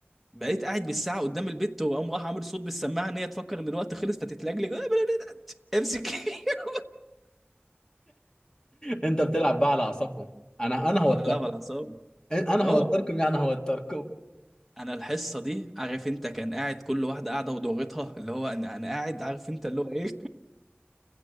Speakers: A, in the centre; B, on the left.
A: بقيت قاعد بالساعه قدام البت وقام راح عامل صوت بالسماعه ان هي تفكر ان الوقت خلص فتتلجلج آه، امسك <laughs>
B: انت بتلعب بقى على اعصابهم انا انا هوتركم
A: لا بالعصاب
B: انا
A: اه
B: هوتركم يعني هوتركم
A: انا الحصه دي عارف انت كان قاعد كل واحده قاعده ودورتها اللي هو انا انا قاعد عارف انت اللي هو ايه